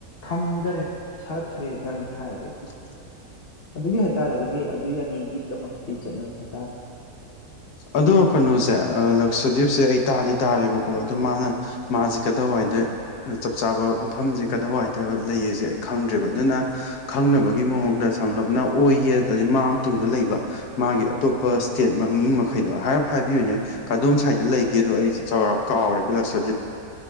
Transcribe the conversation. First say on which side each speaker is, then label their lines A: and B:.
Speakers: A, on the left; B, on the left.
A: ꯈꯝꯒꯔꯦ ꯁꯥꯠꯈ꯭ꯔꯦ ꯀ ꯍꯥꯏꯕ
B: <inaudible>
A: ꯑꯗꯨꯒꯤ ꯍꯥꯏꯇꯥꯔꯦ ꯑꯗꯨꯒꯤ ꯑꯗꯨ ꯑꯅꯤꯒꯤꯗꯃꯛꯇꯤ ꯆꯠꯅꯤꯡꯉꯤ ꯍꯥꯏꯇꯔꯦ
B: ꯑꯗꯣ ꯀꯩꯅꯣꯁꯦ ꯂꯛꯁꯗꯤꯞꯁꯦ ꯑꯩ ꯇꯗꯤ ꯇꯔꯦꯕꯀꯣ ꯑꯗꯣ ꯃꯥꯅ ꯃꯥꯁꯦ ꯀꯗꯥꯋꯥꯏꯗ ꯆꯞ ꯆꯥꯕ ꯃꯐꯝꯁꯦ ꯀꯗꯥꯋꯥꯏꯗ ꯂꯩꯌꯦꯁꯦ ꯑꯩ ꯈꯪꯗ꯭ꯔꯦꯕ ꯑꯗꯨꯅ ꯈꯪꯅꯕꯒꯤ ꯃꯑꯣꯡꯗ ꯁꯝꯂꯞꯅ ꯑꯣꯏ ꯌꯦꯠ ꯑꯗꯒꯤ ꯃꯥꯡ ꯇꯨꯡꯗ ꯂꯩꯕ ꯃꯥꯒꯤ ꯑꯇꯣꯞꯄ ꯏꯁꯇꯦꯠ ꯃꯃꯤꯡ ꯃꯈꯩꯗꯣ ꯍꯥꯏꯔꯞ ꯍꯥꯏꯕꯤꯌꯨꯅꯦ ꯀꯗꯣꯝ ꯁꯥꯏꯗ ꯂꯩꯒꯦꯗꯣ ꯑꯩꯁꯦ ꯆꯥꯎꯔꯥꯛ ꯀꯥꯎꯔꯦꯕ ꯂꯛꯁ